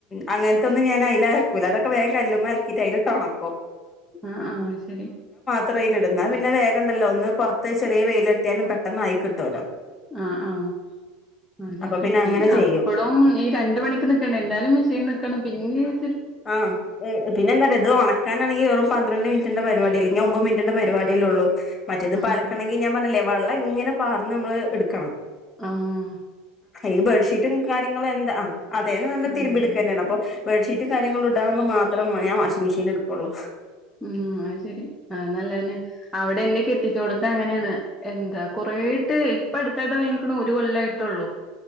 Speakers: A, on the left; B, in the centre.
A: അങ്ങനത്തൊന്നും ഞാൻ അയില് അലക്കൂല. അതൊക്കെ വേഗം കല്ലുമ്മ അലക്കിട്ട് അയിലിട്ട് ഉണക്കും.
B: ആഹ ആഹ ശരി
A: ത്രയില ഇടുന്ന പിന്നെ വേഗണ്ടല്ലോ ഒന്ന് പുറത്ത് ചെറിയ വെയിലെട്ടിയാലും പെട്ടെന്ന് ആയി കിട്ടുല്ലോ
B: ആഹ ആഹ ആ ശരി
A: അപ്പൊ പിന്നെ അങ്ങനെ ചെയ്യും
B: അപ്പളും ഈ രണ്ട് മണിക്ക് നിക്കണം എന്താലും മെഷീൻ നിക്കണം പിന്നെയും
A: ആഹ പിന്നെന്താണ് ഇത് ഉണക്കാനാണെങ്കിൽ വെറും പന്ത്രണ്ട് മിനി പരിപാടി അല്ലെങ്കിൽ ഒമ്പത് മിനിറ്റിന്റെ പരിപാടിയല്ലേ ഉള്ളൂ. മറ്റേത്
B: ആഹ്
A: പലക്കണമെങ്കിൽ ഞാൻ പറഞ്ഞല്ലേ വെള്ളം ഇങ്ങനെ പാർന്ന് നമ്മള് എടുക്കണം
B: ആഹ
A: ഈ ബെഡ്ഷീറ്റും കാര്യങ്ങളും എന്താ, അതേന്ന് നല്ല
B: ഉം
A: തിരുമ്പിടുക്കുക തന്നെയാണ്. അപ്പൊ ബെഡ്ഷീറ്റും കാര്യങ്ങളും ഇണ്ടാവുപോൾ മാത്രം ഞാൻ വാഷിംഗ് മെഷീൻ എടുക്കയുള്ളൂ
B: ഉം അത് ശെരി അത് നല്ല തന്നെ അവിടെ എന്നെ കെട്ടിച്ചോടുത്ത് അങ്ങനെയാണ് എന്താ കൊറേട്ട് ഇപ്പം അടുത്തായിടെ വേങ്ങിക്കണ ഒരു കൊല്ലമായിട്ടള്ളൂ